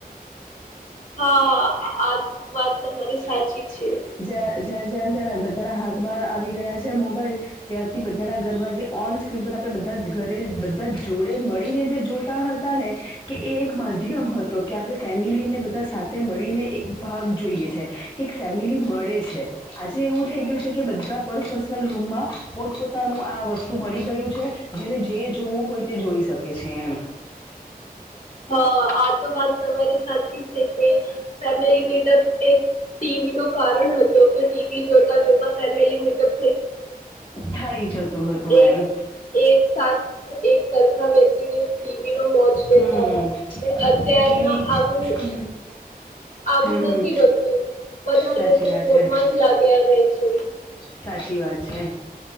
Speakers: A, on the left (about 60°); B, on the left (about 30°).
A: હા આ વાત તમારી સાચી છે
B: જે ઝેર ઝરઝે બધાના હાથમાં આવી ગયા છે મોબાઈલ ત્યારથી બધાના ઘરમાં જે ઓન સ્ક્રીન પર આપણે બધા ઘરે બધા જોડે મળીને જે જોતા હતા ને કે એ એક માધ્યમ હતો કે આપણે ફેમિલીને બધા સાથે મળીને એક ભાગ જોઈએ છે કે ફેમિલી મળે છે આજે એવું થઈ ગયું છે કે બધા પરસ રૂમમાં પોતપોતાનું આ વસ્તુ મળી ગયું છે જેને જે જોવું હોય તે જોઈ શકે છે એમ
A: હા આ તો વાત તમારી સાચી છે કે ફેમિલી મીટઅપ એક ટીવી નો કારણ હતો કે ટીવી જોતા જોતા ફેમિલી મીટક
B: <inaudible> થઇ જતું હતું
A: એક
B: એમ
A: એક સાથેથ એક સરખા બેસીને ફીવી નો મોજ લે
B: હમ
A: પણ અત્યારમાં
B: કે ટીવી
A: આવું
B: હમ
A: આવું
B: હમ હમ
A: નથી બનતું બધા
B: સાચી
A: લોકો
B: વાત
A: ફોનમાં
B: છે
A: જ લાગ્યા રહે છે
B: સાચી વાત છે